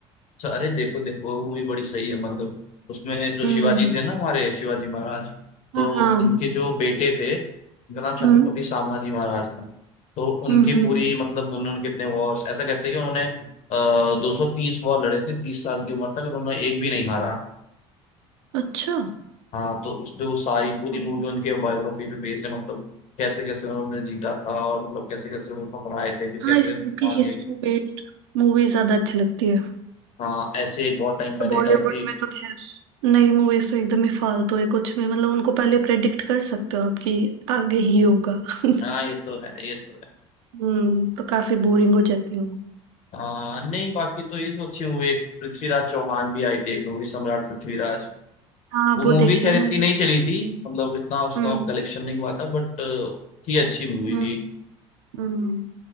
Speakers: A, on the left; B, on the right.
A: अच्छा अरे देखो देखो वो मूवी बड़ी सही है मतलब उसमें जो
B: हम्म
A: शिवाजी थे ना हमारे शिवाजी महाराज तो
B: हाँ हाँ
A: उनके जो बेटे थे उनका नाम छत्रपति
B: हम्म
A: संभाजी महाराज था तो उनकी
B: हम्म
A: पूरी
B: हम्म।
A: मतलब उन्होंने कितने वॉर्स ऐसा कहते हैं कि उन्होंने आ, 230 वॉर लड़े थे तीस साल की उम्र तक और उन्होंने एक भी नहीं हारा
B: अच्छा
A: हाँ तो उस पे वो सारी पूरी
B: हम्म।
A: मूवी उनके बायोग्राफी पे बेस्ड है मतलब कैसे कैसे उन्होंने जीता था और मतलब कैसे कैसे वो पकड़ाए थे फिर कैसे
B: हाँ इस
A: मार
B: टाइप की हिस्ट्री
A: दिए गए।
B: बेस्ड मूवी ज्यादा अच्छी लगती है
A: हाँ ऐसे एक बहुत टाइम
B: नहीं
A: पहले
B: तो बॉलीवुड
A: एक आई थी
B: में तो खैर नई मूवीज तो एकदम ही फालतू है कुछ भी मतलब उनको पहले प्रेडिक्ट कर सकते हो आपकी आगे ही होगा <laughs>
A: हाँ ये तो है ये तो है
B: हम्म तो काफी बोरिंग हो जाती है
A: हाँ नहीं बाकी तो ये सोची हुई एक पृथ्वीराज चौहान भी आई थी एक मूवी सम्राट पृथ्वीराज
B: हाँ
A: वो
B: वो
A: मूवी
B: देखे
A: खैर
B: हैं मैंने
A: इतनी नहीं चली थी मतलब इतना उसका
B: हम्म
A: कलेक्शन नहीं हुआ था बट थी अच्छी मूवी
B: हम्म
A: थी
B: हम्म